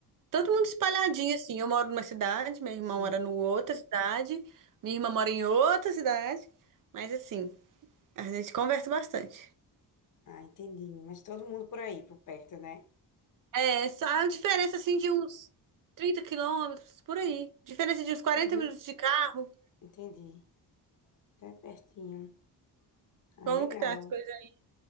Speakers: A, on the right; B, on the left.
A: Todo
B: Hum,
A: mundo espalhadinho, assim. Eu moro numa cidade, meu irmão
B: sim.
A: mora no outra cidade, minha irmã mora em outra cidade. Mas, assim, a gente conversa bastante.
B: Ah, entendi. Mas todo mundo por aí, por perto, né?
A: É, só a diferença, assim, de uns 30 quilômetros, por aí. Diferença de uns quarenta
B: Uhum,
A: minutos de carro.
B: entendi. Tá pertinho. Ah,
A: Como
B: legal.
A: que tá as coisas aí?